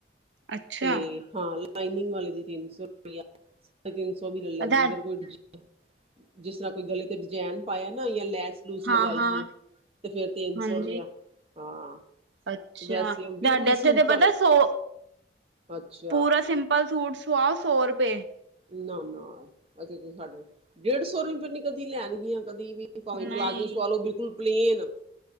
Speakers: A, on the right (about 75°); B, on the right (about 30°).
A: ਅੱਛਾ।
B: ਤੇ ਹਾਂ ਲਾਈਨਿੰਗ ਵਾਲੇ ਦੀ ਤਿੰਨ-ਸੌ ਰੁਪਇਆ। ਸਾਢੇ ਤਿੰਨ ਸੌ ਵੀ ਲੈ ਲੈਂਦੀ
A: ਆਧਾਰ
B: ਅਗਰ ਕੋਈ ਡਜ ਜਿਸ ਤਰ੍ਹਾਂ ਕੋਈ ਗਲੇ ਤੇ ਡਿਜਾਇਨ ਪਾਇਆ ਨਾਂ ਜਾਂ ਲੈਸ-ਲੂਸ ਲਗਾਈ
A: ਹਾਂ, ਹਾਂ,
B: ਐ। ਤੇ ਫਿਰ ਤਿੰਨ ਸੌ
A: ਹਾਂਜੀ।
B: ਰੁਪਇਆ, ਹਾਂ।
A: ਅੱਛਾ
B: ਵੈਸੇ ਬਿਲਕੁਲ
A: ਸਾਡੇ
B: ਸਿੰਪਲ
A: ਉੱਥੇ ਤੇ ਪਤਾ ਸੋ,
B: ਅੱਛਾ
A: ਪੂਰਾ ਸਿੰ ਪਰ ਸੂਟ ਸਵਾਉ ਸੌ ਰੁਪਏ।
B: ਨਾਂ-ਨਾਂ, ਇਥੇ ਸਾਡੇ ਡੇਢ ਸੌ ਰੁਪਏ ਨ ਕਦੀ ਲੈਣਗੀਆਂ ਕਦੀ ਵੀ ਭਾਵੇਂ
A: ਨਹੀਂ
B: ਪਲਾਜੋ ਸਵਾਲੋ ਬਿਲਕੁਲ ਪਲੇਨ।